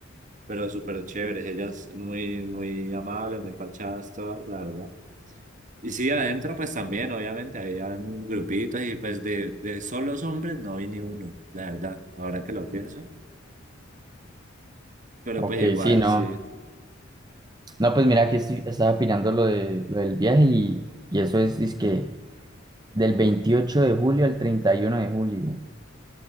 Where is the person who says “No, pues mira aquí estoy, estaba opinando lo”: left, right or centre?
Right